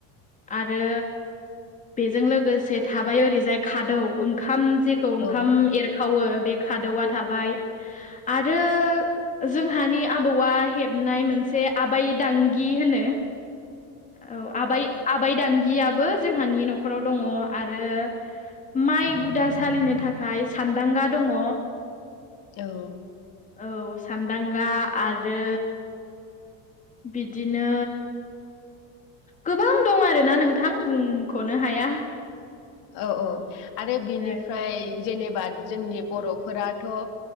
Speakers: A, on the left; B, on the left.
A: आरो बेजों लोगोसे थाबाय ओरैजाय खादौ ओंखाम जेखौ ओंखाम
B: औ
A: एरखावो बे खादौा थाबाय आरो जोंहानि आबौआ हेबनाय मोनसे आबै दांगि होनो औ आब आबाय दांगियाबबो जोंहानि न'खराव दङ आरो माइ गुदा सालिनो थाखाय सानान्दांगा दङ
B: औ
A: औ सान्दांगा आरो बिदिनो गोबां दं आरोना नोंथां बुंख'नो हाया
B: औ औ आरो
A: ओमफ्राय
B: बिनिफ्राय जेनेबा जोंनि बर'फोराथ'